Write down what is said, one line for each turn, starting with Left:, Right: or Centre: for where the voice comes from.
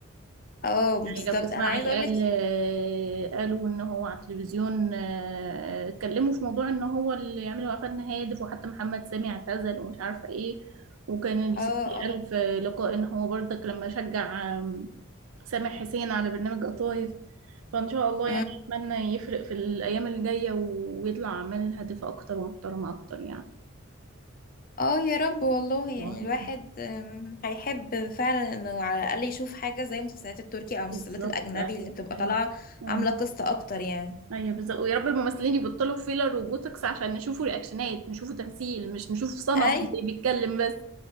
Left: اه
Right: يعني
Left: بالظبط
Right: لو تسمعي
Left: انا عايزه
Right: قال
Left: اقول لك
Right: آه، قالوا ان هو على التلفزيون آه، اتكلموا في موضوع ان هو اللي يعملوا قفلنا هادف وحتى محمد سامي اعتزل ومش عارفه ايه وكان الستي
Left: اه
Right: قال
Left: اه
Right: في لقاء ان هو برضك لما شجع آم، سامح حسين على برنامج قطايف فان شاء الله
Left: أمم.
Right: يعني اتمنى يفرق في الايام اللي جايه ويطلع اعمال هادفه اكتر ومحترمه اكتر يعني
Left: اه يا رب والله يعني
Right: طبعاً.
Left: الواحد أم، هيحب فعلا انه على الاقل يشوف حاجه زي المسلسلات التركي او المسلسلات
Right: بالظبط
Left: الاجنبي
Right: ايوه
Left: اللي بتبقى
Right: ايوه
Left: طالعه
Right: ايوه
Left: عامله قصه اكتر يعني
Right: ايوه بالظبط ويا رب الممثلين يبطلوا فيلر وبوتوكس عشان نشوفوا رياكشنات نشوفوا تمثيل مش نشوف صنم
Left: اي
Right: اللي بيتكلم بس